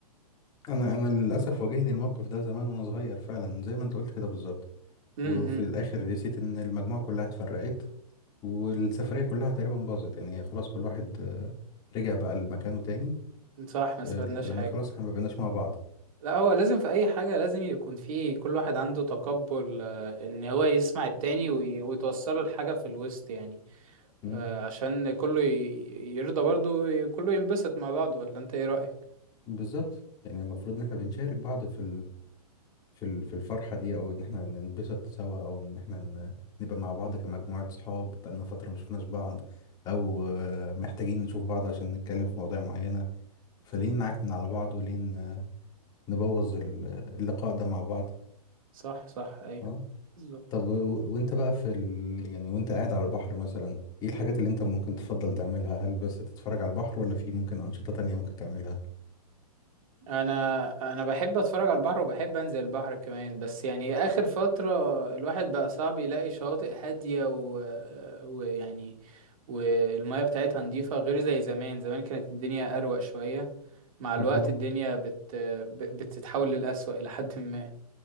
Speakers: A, on the left; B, on the right.
A: انا انا للاسف واجهني الموقف ده زمان وانا صغير فعلا زي ما انت قلت كده بالظبط
B: امم
A: وفي الاخر رسيت ان المجموعه كلها اتفرقت والسفريه كلها تقريبا باظت يعني خلاص كل واحد آه، رجع بقى لمكانه تاني
B: إمم. صح ما استفدناش
A: آه، لان
B: حاجة
A: خلاص احنا ما بقيناش مع بعض
B: لا هو لازم في اي حاجة لازم يكون في كل واحد عنده تقبل آه، ان هو يسمع التاني وي- ويتوصله لحاجة في الوسط يعني
A: مم.
B: آه، عشان كله ي- يرضى برضه وكله ينبسط مع بعضه ولا انت ايه رأيك
A: بالظبط يعني المفروض ان احنا بنشارك بعض في في ال- في الفرحة دي او ان احنا ننبسط سوا او ان احنا ن- نبقى مع بعض كمجموعة صحاب بقالنا فترة ما شفناش بعض او آه، محتاجين نشوف بعض عشان نتكلم في مواضيع معينة فليه نعكنن على بعض وليه ن- نبوظ ال- اللقاء ده مع بعض
B: صح صح ايوه
A: اه
B: بالظبط
A: طب و- وانت بقى في ال... يعني وانت قاعد على البحر مثلا ايه الحاجات اللي انت ممكن تفضل تعملها هل بس تتفرج على البحر ولا في ممكن أنشطة تانية ممكن تعملها
B: انا انا بحب اتفرج على البحر وبحب انزل البحر كمان بس يعني اخر فترة الواحد بقى صعب يلاقي شواطئ هادية و... ويعني والمياه بتاعتها نظيفة غير زي زمان زمان كانت الدنيا اروق شوية مع الوقت
A: اه طبعا
B: الدنيا بت... ب- بتتحول للأسوأ الى حد ما